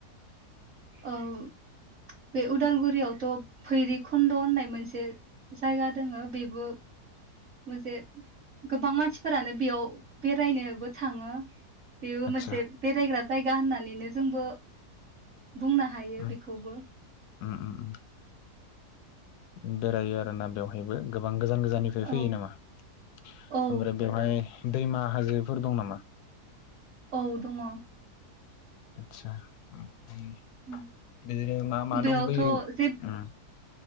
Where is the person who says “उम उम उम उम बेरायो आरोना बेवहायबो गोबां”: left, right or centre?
Left